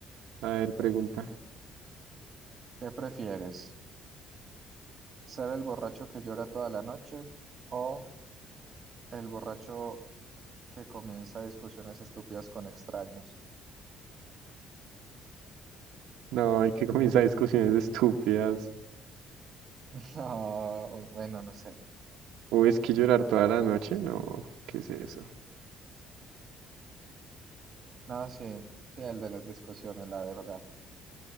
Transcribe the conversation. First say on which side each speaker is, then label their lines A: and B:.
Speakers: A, on the right; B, on the right.
A: A ver, pregunta.
B: ¿Qué prefieres? ¿Ser el borracho que llora toda la noche o el borracho que comienza discusiones estúpidas con extraños?
A: No, hay que <laughs> comenzar discusiones estúpidas.
B: <laughs> No, bueno, no sé.
A: Uy, es que llorar toda la noche, no, ¿qué es eso?
B: No, sí, sí, el de las discusiones, la verdad.